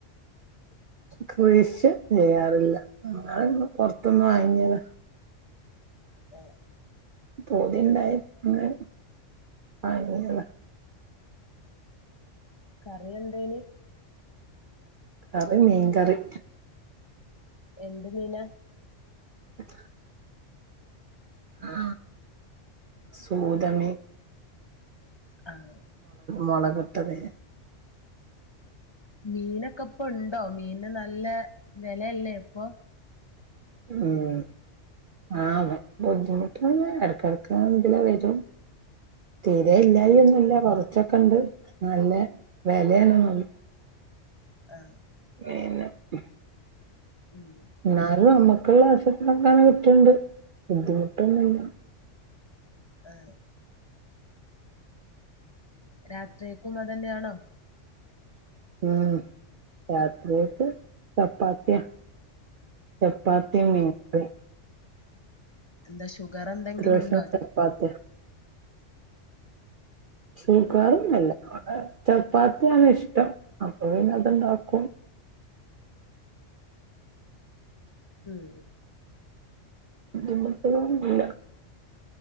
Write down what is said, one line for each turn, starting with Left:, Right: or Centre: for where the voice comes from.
Right: കൃഷി ചെയ്യാറില്ല അങ്ങനെ ഇന്നും പുറത്ത്ന്ന് വാങ്ങിയത
Left: ആഹ്
Right: പൂതിണ്ടായി ഇന്ന് വാങ്ങിയതാ
Left: കറി എന്തേന്
Right: കറി മീൻകറി
Left: എന്ത് മീന
Right: <unintelligible> ആ സൂതമി
Left: ആഹ്
Right: മുളകെട്ടത്
Left: മീനൊക്കെ ഇപ്പൊ ഉണ്ടോ മീന് നല്ല വിലയല്ലേ ഇപ്പൊ
Right: ഉം ആ ബുദ്ധിമുട്ട് ഇടക്കിടക്ക് എതിലാ വരും തീരെ ഇല്ലായി ഒന്നുല്ല കുറ കുച്ചൊക്കെണ്ട് നല്ല വെലയാണ് എന്നുള്ളു
Left: ആ
Right: പിന്നെ <unintelligible>
Left: ഉം
Right: ന്നാലും അമ്മ മക്കുള്ള <unintelligible> ക്കാനും കിട്ട്ണ്ട് ബുദ്ധിമുട്ട് ട്ടൊന്നുല്ല
Left: ആഹ് രാത്രിയേക്കും അതന്നെയാണോ?
Right: ഉം രാത്രിയക്ക് ചപ്പാത്തിയാ ചപ്പാത്തി മീൻകറി
Left: എന്താ ഷുഗർ എന്തെങ്കിലും
Right: ഭക്ഷണം
Left: ഉണ്ടോ
Right: ചപ്പാത്തിയാ സൂഗാറൊന്നുല്ല ചപ്പാത്തിയാണ് ഇഷ്ടം അപ്പൊ പിന്നെ അതുണ്ടാക്കും
Left: ഉം
Right: ബുദ്ധിമുട്ട് ഒന്നില്ല